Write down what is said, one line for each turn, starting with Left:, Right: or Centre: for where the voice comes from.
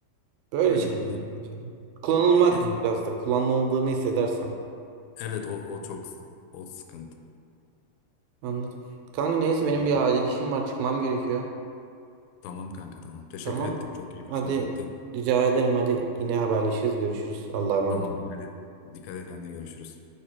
Right: Böyle
Left: Aynen
Right: şeyler
Left: bunlar.
Right: bence. Kullanılmak
Left: <clears throat>
Right: biraz da kullanıldığımı hissedersem.
Left: Evet o o çok o sıkıntı.
Right: Anladım. Kanka neyse benim
Left: Öyle.
Right: bir acil işim var çıkmam gerekiyor.
Left: Tamam kanka tamam. Teşekkür
Right: Tamam.
Left: ettim. Çok keyifli
Right: Hadi
Left: sohbetti.
Right: rica ederim hadi yine haberleşiriz görüşürüz. Allah'a emanet.
Left: Tamam
Right: ol.
Left: dikkat et. Dikkat et kendine görüşürüz.